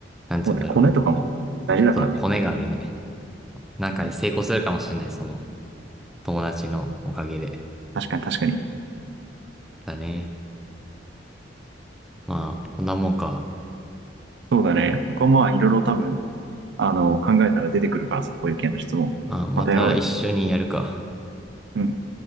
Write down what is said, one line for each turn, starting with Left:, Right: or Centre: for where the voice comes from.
Centre: なんつうんだろう。
Right: そうね、コネとかも大事だからね。
Centre: そう、コネがあるね。なんか成功するかもしれない、
Right: うん。
Centre: その友達のおかげで。
Right: 確かに確かに。
Centre: だね。まあ、こんなもんか。
Right: そうだね。他もまあいろいろ多分、あの、考えたら出てくるからさ、こういう系の質問。
Centre: あ、また一緒にやるか。
Right: またやろうよ。うん。